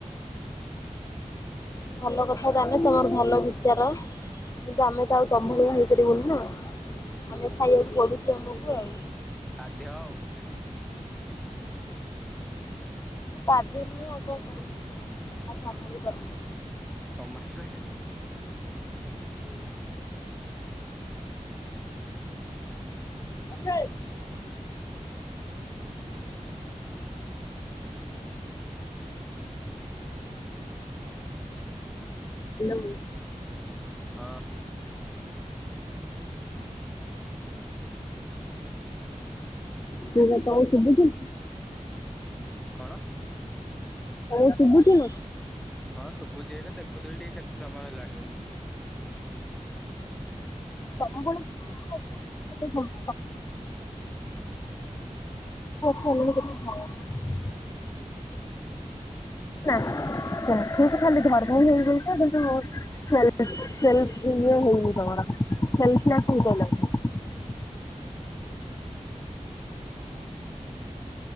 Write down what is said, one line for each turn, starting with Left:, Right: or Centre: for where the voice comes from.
Left: ହ ଭଲ କଥା ତାନେ ତମର ଭଲ ବିଚାର। କିନ୍ତୁ ଆମେ ତ ଆଉ ତମ ଭଳିଆ ହେଇ ପାରିବୁନି ନା ଆମେ ଖାଇବାକୁ ପଡୁଛି ଆମକୁ ଆଉ।
Centre: ବାଧ୍ୟ ଆଉ ଦି
Left: ହଁ ବାଧ୍ୟ ନୁହେଁ ଆଉ କଣ କରିିବୁ କୁହ ଆମ ଆଉ ସମ୍ଭାଳି ପାରୁନୁ।
Centre: ସମାଳି ପାରି
Left: ହୁଁ। ଆ ହା ଲୋ।
Centre: ହଁ।
Left: ଠିକ ରେ ତମକୁ ଶୁଭୁଛି।
Centre: କଣ।
Left: ତମକୁ ଶୁଭୁଛି ନା।
Centre: ହଁ ଶୁଭୁଛି ଏଇଟା ଦେଖୁଥିଲି ଟିକେ କେତେ ସମୟ ହେଲାଣି ବୋଲି।
Left: ତମ ବେଳକୁ ମୁଁ ଦେଖିନଥିଲି କେତେ ସମୟ ତମେ। <unintelligible>
Centre: ହୁଁ
Left: ନା କନଫିଉଜ ଖାଲି ଧର୍ମ <unintelligible> ସେଲଫ ଇଏ ହେଇନି ତମର ସେଲଫ ନାସ ହେଇପାରିଲାନି।